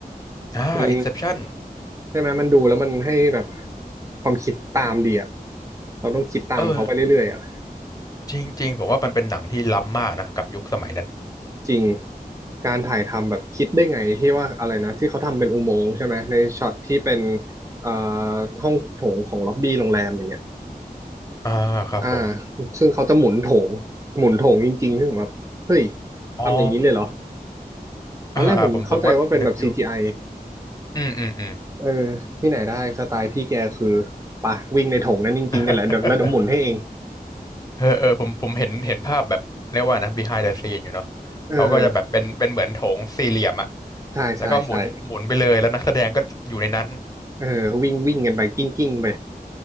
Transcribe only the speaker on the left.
อ่าอินเซปชัน
เออจริงๆผมว่ามันเป็นหนังที่ล้ำมากนะกับยุคสมัยนั้น
อ่าครับผม
อ๋อ
อ่าอ่าผมผมก็นึกอยู่
อืมอืมอืม
<laughs> เออเออผมผมเห็นเห็นภาพแบบเรียกว่านะ behind the scene อยู่เนาะเขาก็จะแบบเป็นเป็นเหมือนโถงสี่เหลี่ยมอะ
แล้วก็หมุนหมุนไปเลยแล้วนักแสดงก็อยู่ในนั้น